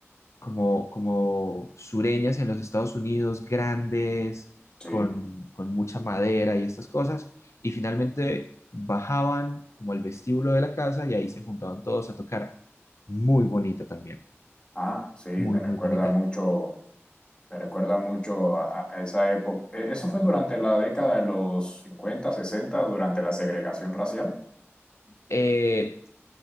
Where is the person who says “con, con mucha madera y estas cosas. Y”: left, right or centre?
Left